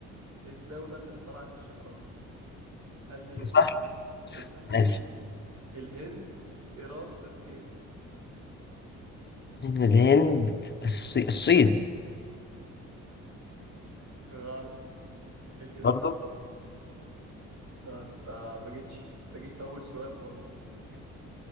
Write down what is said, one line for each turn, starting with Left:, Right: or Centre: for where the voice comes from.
Right: الدولة اللي اخترعت الشطرنج هل هي
Left: سهل
Right: الصين
Left: ماشي
Right: الهند إيران تركيا
Left: من الهند الصي- الصين
Right: غلط الهند
Left: برضه
Right: صح اه انت ما جيتش انت جيت في أول سؤال خالص بس